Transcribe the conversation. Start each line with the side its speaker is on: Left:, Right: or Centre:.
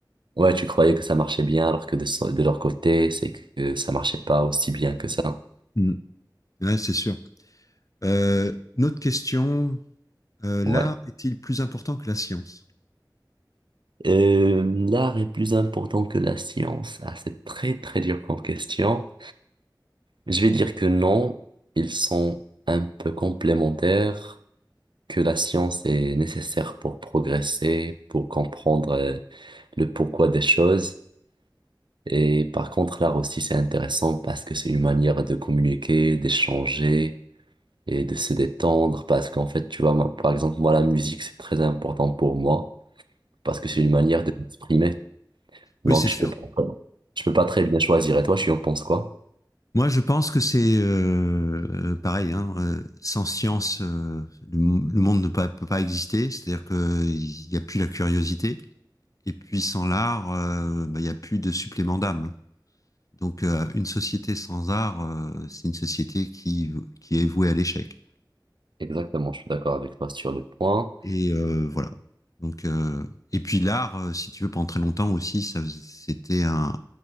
Right: ouais, tu croyais que ça marchait bien alors que de, so- de leur côté, c'est que ça marchait pas aussi bien que ça.
Left: Mm. Ouais, c'est sûr. Euh, une autre question, Euh, l'art
Right: Ouais.
Left: est-il plus important que la science?
Right: Euh, l'art est plus important que la science. Ah, c'est très très dur comme question. Je vais dire que non, ils sont un peu complémentaires. que la science est nécessaire pour progresser, pour comprendre euh, le pourquoi des choses. Et par contre, l'art aussi, c'est intéressant parce que c'est une manière de communiquer, d'échanger et de se détendre. Parce qu'en fait, tu vois, moi, par exemple, moi, la musique, c'est très important pour moi parce que c'est une manière de m'exprimer. Donc,
Left: Oui, c'est Hmm.
Right: je peux pas,
Left: sûr.
Right: je peux pas très bien choisir. Et toi, tu en penses quoi?
Left: Moi, je pense que c'est euh, euh, pareil. hein, euh, sans science, euh, le, m- le monde ne pa- peut pas exister. C'est-à-dire qu'il n'y a plus la curiosité. Et puis, sans l'art, euh, bah, il n'y a plus de supplément d'âme. Donc, euh, une société sans art, euh, c'est une société qui, qui est vouée à l'échec.
Right: Exactement, je suis d'accord avec toi sur le point.
Left: Et euh, voilà. Donc, euh, et puis l'art, euh, si tu veux, pendant très longtemps aussi, ça faisait- c'était un,